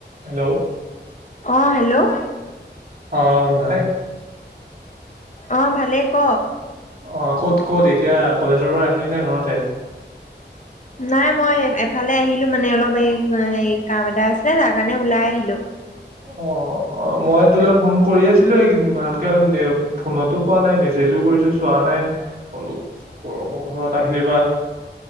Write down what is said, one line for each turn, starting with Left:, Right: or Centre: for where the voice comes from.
Right: Hello
Left: অ' hello
Right: অ' ভালে।
Left: অ' ভালেই ক।
Right: অ' ক'ত- ক'ত এতিয়া কলেজৰ পৰা আহিলি নে ঘৰতে।
Left: নাই মই এফালে আহিলো মানে অলপ এই হেৰি কাম এটা আছিলে, তাৰ কাৰণে ওলাই আহিলো।
Right: অ' - অ', মই তোলে ফোন কৰি আছিলো এইকেইদিন ভালকে ফোনতো পোৱা নাই মেছেজো কৰিছো চোৱা নাই, <unintelligible> ঘৰত আহিলি বা।